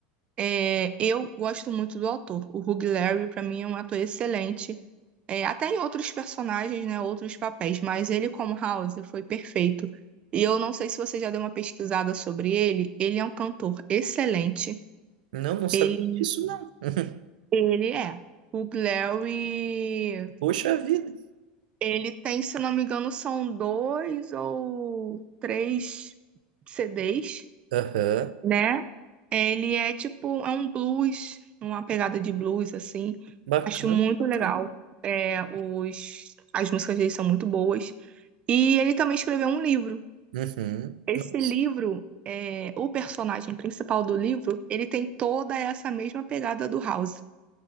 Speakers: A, on the right (about 25°); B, on the right (about 80°).
A: é, eu gosto muito do ator. O Hugh Laurie, para mim, é um ator excelente. É, até em outros personagens, né, outros papéis, mas ele como House foi perfeito. E eu não sei se você já deu uma pesquisada sobre ele. Ele é um cantor excelente.
B: Não, não sabia
A: Ele,
B: disso, não. <laughs>
A: ele é. Hugh Laurie,
B: Poxa vida.
A: ele tem, se não me engano, são dois ou três CDs
B: Aham,
A: né? Ele é tipo, é um blues, uma pegada de blues, assim.
B: Bacana,
A: Acho muito
B: bacana.
A: legal. É, os, as músicas dele são muito boas. E ele também escreveu um livro.
B: Uhum.
A: Esse
B: Nossa,
A: livro, é, o personagem principal do livro, ele tem toda essa mesma pegada do House.